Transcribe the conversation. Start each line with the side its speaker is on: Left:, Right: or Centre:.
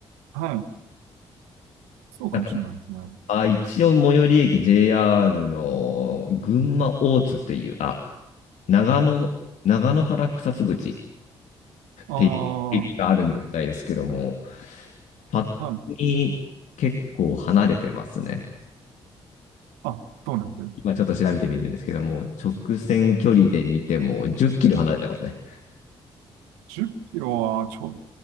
Right: はい。そうかもしれないですね。
Left: なんか、あ、一応最寄り駅 JR の群馬大津っていう、あ、長野、長野原草津口っていう駅があるみたいですけども、
Right: ああ、は
Left: パッと見結構離れてますね。
Right: い。あ、そうなんです。
Left: 今ちょっと調べてみてるんですけども、直線距離で見ても10キロ離れてますね。
Right: 10キロはちょっ